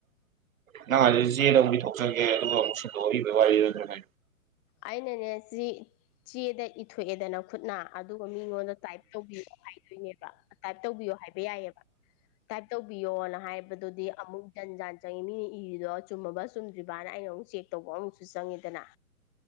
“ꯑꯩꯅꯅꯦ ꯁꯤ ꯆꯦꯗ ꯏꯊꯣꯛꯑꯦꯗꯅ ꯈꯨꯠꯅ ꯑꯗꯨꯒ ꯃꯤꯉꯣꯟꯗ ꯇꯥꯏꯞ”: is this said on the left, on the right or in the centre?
Left